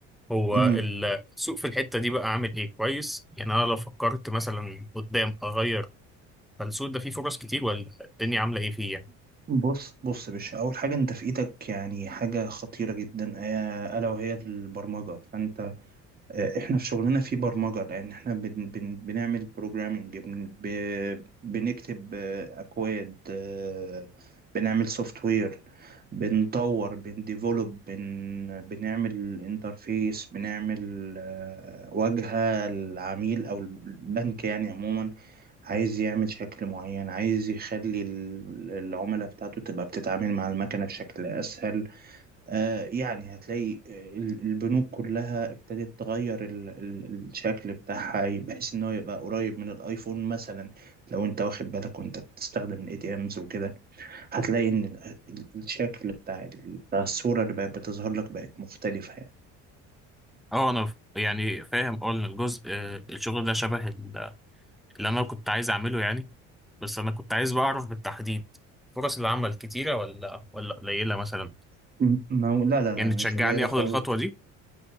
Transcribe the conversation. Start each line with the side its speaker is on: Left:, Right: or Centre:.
Centre: هو
Right: مم.
Centre: ال- السوق في الحته دي بقى عامل ايه كويس يعني انا لو فكرت مثلا قدام اغير فالسوق ده فيه فرص كتير ولا الدنيا عامله ايه فيه يعني
Right: بص بص يا باشا أول حاجة أنت في إيدك يعني حاجة خطيرة جدا آه، ألا وهي البرمجة فأنت آه، احنا في شغلنا في برمجة لان احنا بن بن بنعمل بروجرامنج بن ب- بنكتب آه، اكواد آه، بنعمل سوفت وير بنطور بنديفلوب بن بنعمل انترفيس بنعمل آه، واجهة العميل او البنك يعني عموما عايز يعمل شكل معين عايز يخلي ال- العملاء بتاعته تبقى بتتعامل مع المكنة بشكل اسهل آه، يعني هتلاقي آه، ال- البنوك كلها ابتدت تغير ال- ال- الشكل بتاعها بحيث ان هو يبقى قريب من الايفون مثلا لو انت واخد بالك وانت بتستخدم الاي تي امز وكده هتلاقي ان ال- ال- الشكل بتاع ال- بتاع الصورة اللي بقت بتظهر لك بقت مختلفة يعني
Centre: اه انا ف- يعني فاهم اه ان الجزء آه، الشغل ده شبه ال- اللي انا كنت عايز اعمله يعني بس انا كنت عايز بقى اعرف بالتحديد فرص العمل كتيره ولا ولا قليله مثلا
Right: م- ما هو لا لا لا
Centre: يعني تشجعني
Right: مش قليلة
Centre: اخد
Right: خالص
Centre: الخطوه دي